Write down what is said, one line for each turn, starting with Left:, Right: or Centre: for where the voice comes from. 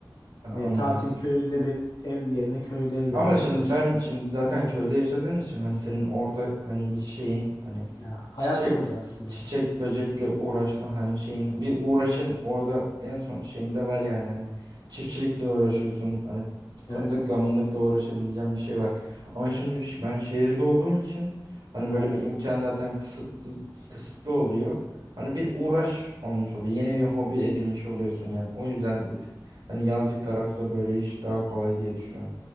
Right: Ha, anladım.
Left: E, tatil köyünde bir ev yerine köyde yazlık
Right: Ama şimdi
Left: olsun.
Right: sen şimdi zaten köyde yaşadığın için hani senin orada hani bir şeyin hani
Left: Ya, hayatım
Right: çiçek
Left: burada aslında.
Right: çiçek böcekle uğraşma hani şeyin bir uğraşın orada en son şeyinde var yani hani çiftçilikle uğraşıyorsun hani fındıkla
Left: Evet,
Right: mındıkla uğraşabileceğin bir şey var. Ama şimdi ş- ben şehirde olduğum için hani
Left: aynen.
Right: böyle bir imkan zaten kısıtlı kısıtlı oluyor. Hani bir uğraş olmuş oluyor. Yeni bir hobi edinmiş oluyorsun yani. O yüzden bir tık hani yazlık tarafta böyle iş daha kolay diye düşünüyorum.